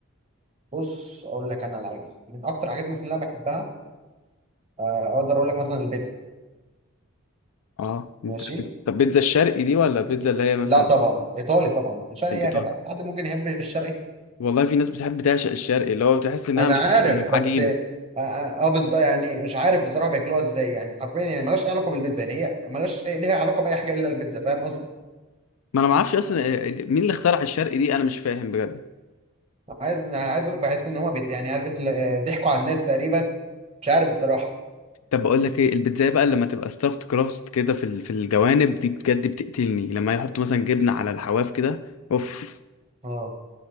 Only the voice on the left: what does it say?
اه انت
طب بيتزا الشرقي دي ولا بيتزا اللي هي مثلا
الايطالي
والله في ناس بتحب تعشق الشرقي اللي هو بتحس انها
مليانة
عجينه
<laughs>
ما انا ما اعرفش اصلا آه، مين اللي اخترع الشرقي دي انا مش فاهم بجد
طب بقول لك ايه البيتزا بقى لما تبقى ستافت كراست كده في ال- في الجوانب دي بجد بتقتلني لما يحطوا مثلا جبنه على الحواف كده اوف